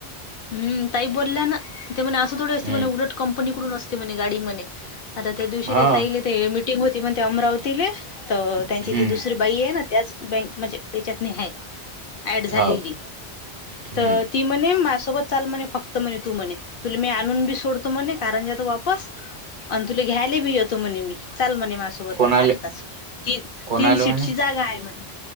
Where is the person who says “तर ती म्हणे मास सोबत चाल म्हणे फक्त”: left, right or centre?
Left